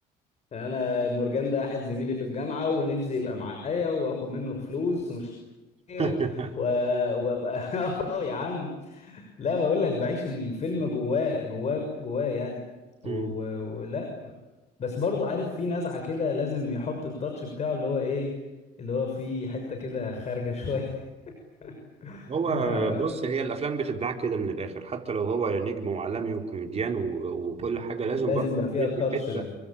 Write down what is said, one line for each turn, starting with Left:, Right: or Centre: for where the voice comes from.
Left: يعني انا مورجان ده واحد زميلي في الجامعه ونفسي يبقى معايا واخد منه فلوس ومش إيه
Right: <laughs>
Left: و- و- وابقى <laughs> اه يا عم لا بقول لك بعيش الفيلم جواه جواه جواه يعني و-
Right: مم.
Left: و- ولا بس برضو عارف في نزعه كده لازم يحط التاتش بتاعه اللي هو ايه اللي هو في حته كده خارجه شويه <laughs>
Right: هو
Left: ما
Right: بص هي الافلام بتتباع كده من الاخر حتى لو هو نجم وعالمي وكوميديان و- وكل حاجه لازم
Left: لازم
Right: برضه
Left: يبقى فيها
Right: يدي
Left: التاتش
Right: حته
Left: ده